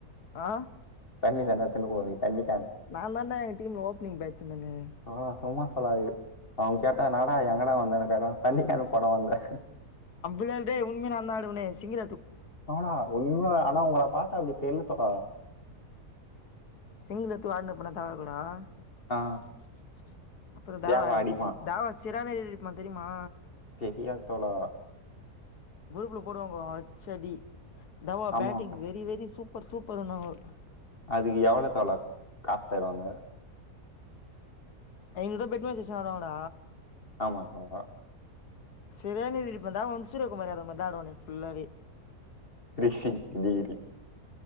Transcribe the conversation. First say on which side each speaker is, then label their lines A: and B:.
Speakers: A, on the left; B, on the left.
A: அ
B: தண்ணி கேன் எத்துனுபோவிங் தண்ணி கேன்
A: நா தானே எங்க டீம்ல ஓப்பனிங் பேட்ச்மேன்னு
B: அ சும்மா சொல்லாது அவன் கேட்டா எங்கடா வந்தேன்னு கேட்டா தண்ணி கேன் போட வந்த
A: அம்பள்ளந்து உண்மே நான்தா ஆடுவனே சிங்க
B: தோழா உண்மையா ஆனா உங்கள பாத்தா அப்டி தெரில தோழா
A: <unintelligible>
B: ஆ
A: அப்றோ தா
B: தேவா அடிப்பான்
A: தாவா <unintelligible> தெரியுமா
B: தெரியாது தோழா
A: குரூப்ல போடுவாங்க ப்ரே தவா
B: ஆமா
A: பேட்டிங் வெரி வெரி சூப்பர் சூப்பர்ணுவங்க
B: அதுக்கு எவ்ளோ தோழா காசு தராங்க
A: ஐநூருவா ஃபெட் மேட்ச் வெச்சு வெளாடுவாங்க
B: ஆமா தோழா
A: செரியானா அடி அடிப்பன்டா <unintelligible> இருக்கு பாரு அதே மாரி தா ஆடுவனே ஃபுல்லாவே
B: <unintelligible>